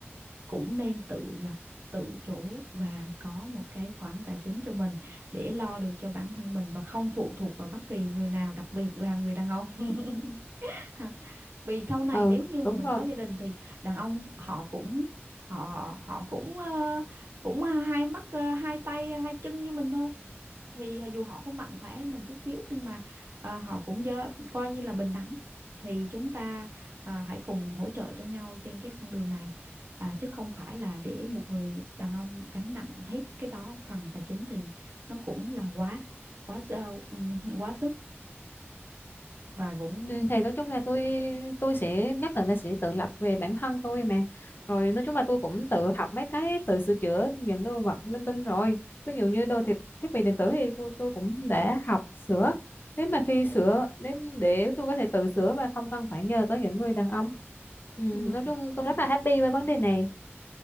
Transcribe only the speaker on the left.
ờ,
đúng
rồi
Ừ, thì nói chung là tôi tôi sẽ nhất định là sẽ tự lập về bản thân tôi mà rồi nói chung là tôi cũng tự học mấy cái tự sửa chữa những đồ vật linh tinh rồi ví dụ như đồ thiết thiết bị điện tử thì cô- tôi cũng đã học sửa nếu mà khi sửa nếu để tôi có thể tự sửa và không cần phải nhờ tới những người đàn ông ừ,
nói chung tôi rất là happy với vấn đề này